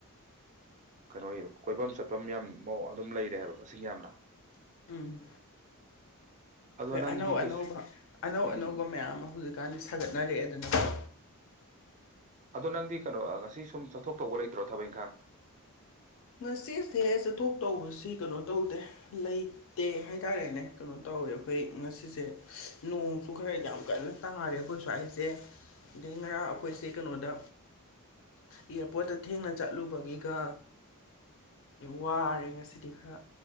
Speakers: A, on the right; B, on the left.
A: ꯀꯩꯅꯣ ꯀꯣꯏꯕꯝ ꯆꯠꯄꯝ ꯌꯥꯝꯑꯣ ꯑꯗꯨꯝ ꯂꯩꯔꯦ ꯍꯥꯏꯕ ꯃꯁꯤꯡ ꯌꯥꯝꯅ
B: ꯎꯝ
A: ꯑꯗꯣ
B: ꯍꯣꯏ
A: ꯅꯪꯗꯤ
B: ꯑꯅꯧ
A: ꯀꯩꯁꯨ
B: ꯑꯅꯧꯕ ꯑꯅꯧ
A: ꯎꯝ
B: ꯑꯅꯧꯕ ꯃꯌꯥꯝ ꯑꯃ ꯍꯧꯖꯤꯛꯀꯥꯟꯗꯤ ꯁꯥꯒꯠꯅꯔꯛꯑꯦ ꯗꯅꯀꯣ
A: ꯑꯗꯣ ꯅꯪꯗꯤ ꯀꯩꯅꯣ ꯉꯁꯤ ꯁꯨꯝ ꯆꯠꯊꯣꯛ ꯇꯧꯕ ꯂꯩꯇ꯭ꯔꯣ ꯊꯕꯛꯏꯟꯈꯥꯡ
B: ꯉꯁꯤꯁꯦ ꯆꯠꯊꯣꯛ ꯇꯧꯕꯁꯤ ꯀꯩꯅꯣ ꯇꯧꯗꯦ ꯂꯩ ꯇꯦ ꯍꯥꯏꯇꯥꯔꯦꯅꯦ ꯀꯩꯅꯣ ꯇꯧꯋꯦ ꯑꯩꯈꯣꯏ ꯉꯁꯤꯁꯦ ꯅꯣꯡꯁꯨ ꯈꯔ ꯌꯥꯝ ꯀꯟꯅ ꯇꯥꯔꯦ ꯑꯩꯈꯣꯏ ꯁ꯭ꯋꯥꯏꯁꯦ ꯑꯗꯩ ꯉꯔꯥꯡ ꯑꯩꯈꯣꯏꯁꯦ ꯀꯩꯅꯣꯗ ꯏꯌꯥꯔꯄꯣꯔꯠꯇ ꯊꯦꯡꯅ ꯆꯠꯂꯨꯕꯒꯤꯒ ꯋꯥꯔꯦ ꯉꯁꯤꯗꯤ ꯈꯔ